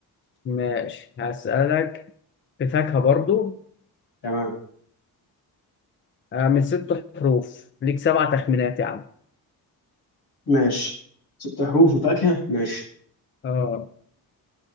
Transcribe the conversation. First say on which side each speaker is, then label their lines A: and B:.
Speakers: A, on the left; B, on the left.
A: ماشي هسألك في فاكهه برضو
B: تمام
A: آه، من ست حروف ليك سبع تخمينات يا عم
B: ماشي ست حروف وفاكهه ماشي
A: اه